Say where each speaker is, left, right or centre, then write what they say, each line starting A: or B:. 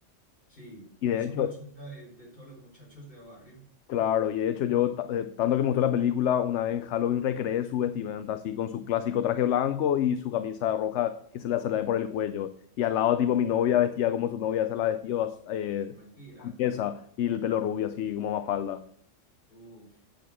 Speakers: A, on the left; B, on the left.
A: Sí,
B: Y
A: es
B: de hecho,
A: como el sueño de, de todos los muchachos de barrio,
B: claro, y de hecho yo, ta- eh, tanto que me gustó la película, una vez en Halloween recreé su vestimenta así, con su clásico traje blanco y su camisa roja que se le sale por el cuello. Y al lado, tipo, mi novia vestía como su novia, se la vestía eh,
A: como Elvira.
B: esa, y el pelo rubio así como Mafalda.
A: Uf.